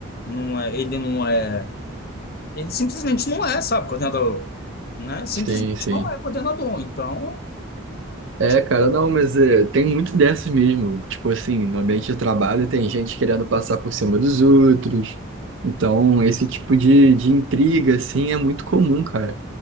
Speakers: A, on the left (about 45°); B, on the right (about 65°).
A: não é, ele não é. Ele simplesmente não é, sabe, coordenador, né? Simplesmente
B: Sim, sim.
A: não é coordenador. Então,
B: É,
A: tipo,
B: cara, não, mas é, tem muito dessas mesmo. Tipo assim, no ambiente de trabalho tem gente querendo passar por cima dos outros. Então, esse tipo de, de intriga, assim, é muito comum, cara.